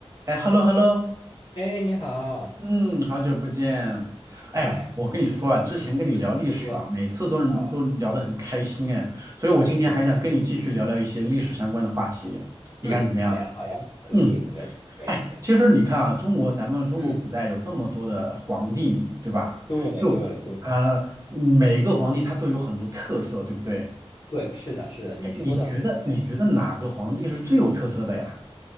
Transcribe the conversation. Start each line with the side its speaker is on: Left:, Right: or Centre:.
Right: 哎，hello hello，
Left: 哎，你好，
Right: 嗯，好久不见。哎，
Left: 哎，
Right: 我跟你说啊，之前跟你聊历史啊，
Left: 嗯嗯你说
Right: 每次都能都聊得很开心哎，
Left: 啊，
Right: 所以我今天还想跟你继续聊聊一些历史相关的话题，
Left: 表示，
Right: 你看怎么样？
Left: 嗯，好呀，好呀，可以，
Right: 嗯，
Left: 可以，可以，
Right: 哎，其实你看啊，中国咱们中国古代有这么多的皇帝，
Left: 嗯，
Right: 对吧？
Left: 对，
Right: 就呃，
Left: 对，对，
Right: 每个皇帝他都有很多特色，对不对？
Left: 对，是的，是的，你说的很对，
Right: 哎，你觉得你觉得哪个皇帝是最有特色的呀？